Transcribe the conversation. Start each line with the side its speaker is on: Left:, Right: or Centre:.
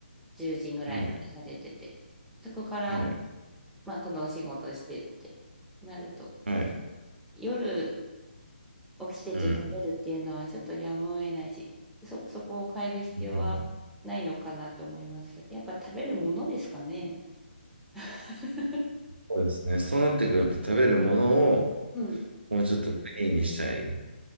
Centre: 10時ぐらいまでされてて、
Right: はい。
Centre: そこから、
Right: はい。
Centre: まあ、このお仕事してってなると、
Right: はい。
Centre: 夜起きてて食べるっていうのはちょっとやむを得ないし、
Right: うん。
Centre: そ、そこを変える必要はないのかなと思いますけど、
Right: うんうん
Centre: やっぱ食べるものですかね。<laughs>
Right: そうですね。そうなってくると食べるものを
Centre: うん、
Right: もうちょっとクリーンにしたい。